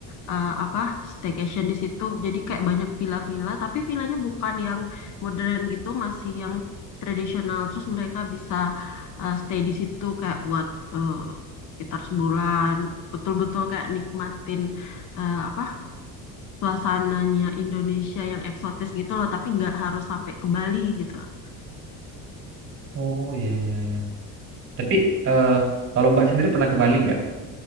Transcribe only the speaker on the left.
eh, apa staycation di situ jadi kayak banyak villa-villa tapi villanya bukan yang modern gitu masih yang tradisional terus mereka bisa eh, stay di situ kayak buat eh, sekitar sebulan betul-betul kayak nikmatin eh, apa suasananya Indonesia yang eksotis gitu loh tapi nggak harus sampai ke Bali gitu loh.